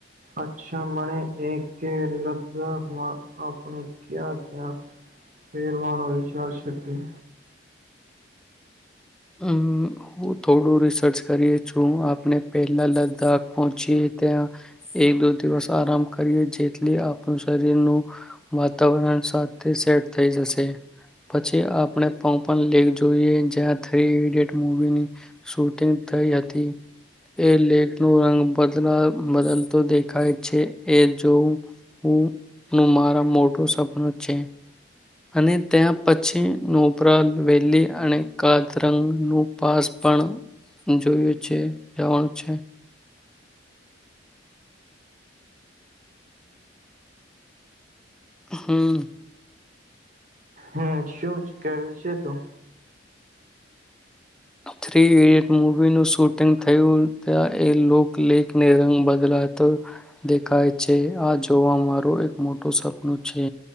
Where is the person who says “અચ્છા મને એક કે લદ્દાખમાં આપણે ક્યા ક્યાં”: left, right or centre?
Right